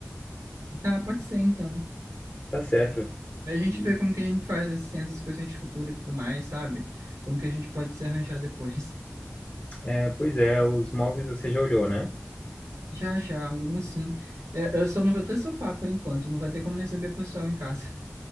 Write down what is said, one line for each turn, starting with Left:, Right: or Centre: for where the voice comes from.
Right: Tá, pode ser então.
Left: Tá certo.
Right: A gente
Left: E,
Right: vê como que a gente faz assim, essas coisas de futuro e tudo mais, sabe? Como que a gente pode se arranjar depois.
Left: é, pois é, os móveis você já olhou, né?
Right: <laughs> Já, já, alguns sim. É, Eu só não vou ter sofá por enquanto, não vai ter como receber pessoal em casa.